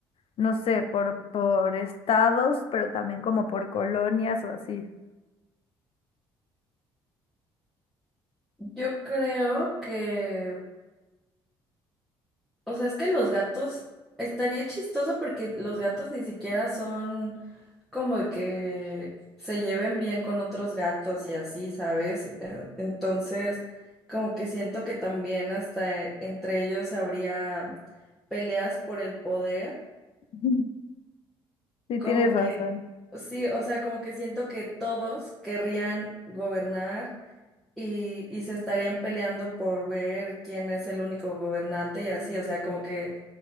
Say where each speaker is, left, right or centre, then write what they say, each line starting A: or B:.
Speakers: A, on the left; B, in the centre.
A: no sé, por, por estados, pero también como por colonias o así?
B: Yo creo que... O sea, es que los gatos estaría chistoso porque los gatos ni siquiera son como que se lleven bien con otros gatos y así, ¿sabes? Eh, Entonces, como que siento que también hasta entre ellos habría peleas por el poder,
A: Ujú. Sí,
B: como
A: tienes razón.
B: que sí, o sea, como que siento que todos querrían gobernar y, y se estarían peleando por ver quién es el único gobernante y así, o sea, como que